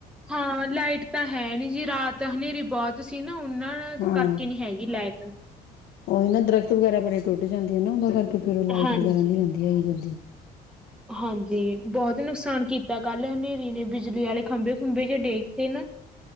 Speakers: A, in the centre; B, on the left.
A: ਹਾਂ ਲਾਈਟ ਤਾਂ ਹੈ ਨੀ ਜੀ ਰਾਤ ਹਨੇਰੀ ਬਹੁਤ ਸੀ। ਨਾ ਉਹਨਾਂ
B: ਹਾਂ
A: ਕਰਕੇ ਨੀ ਹੈਗੀ ਲੈਟ, ਤੇ,
B: ਉਹੀ ਨਾ ਦਰਖ਼ਤ ਵਗੈਰਾ ਬੜੇ ਟੁੱਟ ਜਾਂਦੇ ਹੈ ਨਾ ਉਹਦਾ ਕਰਕੇ। ਅਤੇ ਫਿਰ ਉਹ ਲਾਈਟ
A: ਹਾਂਜੀ,
B: ਵਗੈਰਾ ਨਹੀਂ ਆਦੀ ਹੈਗੀ ਜਲਦੀ।
A: ਹਾਂਜੀ, ਬਹੁਤ ਨੁਕਸਾਨ ਕੀਤਾ ਕੱਲ ਹਨੇਰੀ ਨੇ ਬਿਜਲੀ ਵਾਲੇ ਖੰਭੇ ਖੁੰਬੇ ਜ ਡੇਕਤੇ ਨਾ